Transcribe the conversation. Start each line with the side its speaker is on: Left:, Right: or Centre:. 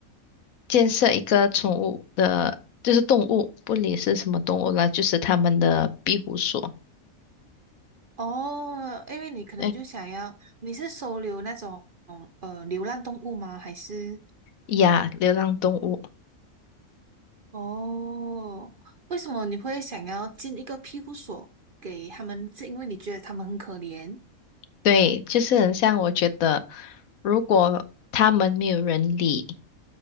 Left: 建设一个宠物的，就是动物，不理是什么动物啦，就是他们的庇护所，
Right: 哦，因为你可能就想要，
Left: 哎
Right: 你是收留那种呃流浪动物吗？还是
Left: 呀，流浪动物，
Right: 哦，为什么你会想要建一个庇护所给他们？是因为你觉得他们很可怜？
Left: 对，就是很像我觉得，如果他们没有人理，